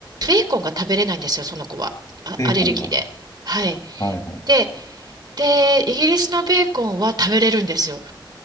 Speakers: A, on the right; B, on the left.
A: ベーコンが食べれないんですよ、その子は。あ、
B: ベーコンが。
A: アレルギーで。はい。
B: はいはい。
A: で、で、イギリスのベーコンは食べれるんですよ。